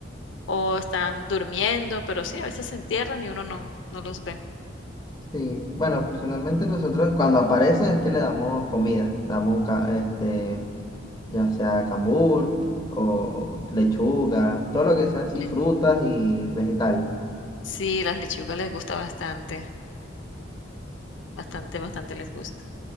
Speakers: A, on the left (about 75°); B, on the left (about 20°).
A: o están durmiendo, pero sí, a veces se entierran y uno no no los ve.
B: Sí, bueno, personalmente nosotros cuando aparecen es que le damos comida, damos un ca- este, ya sea cambur o lechuga, todo lo que sea así,
A: Le
B: frutas y vegetales.
A: sí, las lechugas les gusta bastante, bastante, bastante les gusta.